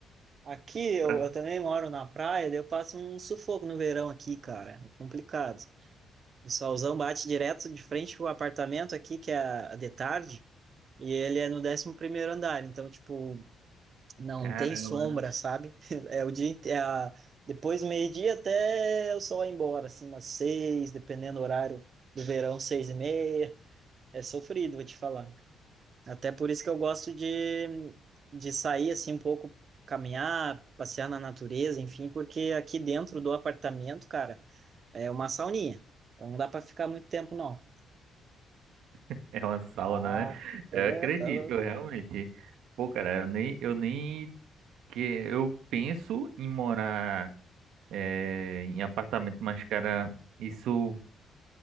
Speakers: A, on the right; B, on the right.
A: aqui eu,
B: Pra
A: eu também moro na praia, daí eu passo um sufoco no verão aqui, cara. É complicado. O solzão bate direto de frente pro apartamento aqui, que é a- de tarde, e ele é no décimo primeiro andar. Então, tipo, Não
B: caramba.
A: tem sombra, sabe? <laughs> É o dia, inte- é a- depois do meio-dia até o sol ir embora, assim, umas seis, dependendo do horário do verão, seis e meia. É sofrido, vou te falar. Até por isso que eu gosto de, de sair, assim, um pouco, caminhar, passear na natureza, enfim, porque aqui dentro do apartamento, cara, é uma sauninha. Então não dá para ficar muito tempo, não.
B: <laughs> É uma sauna,
A: Ah,
B: né? Eu
A: é,
B: acredito,
A: tá. louco.
B: eu realmente. Pô, cara, eu nem, eu nem que eu penso em morar eh, em apartamento, mas, cara, isso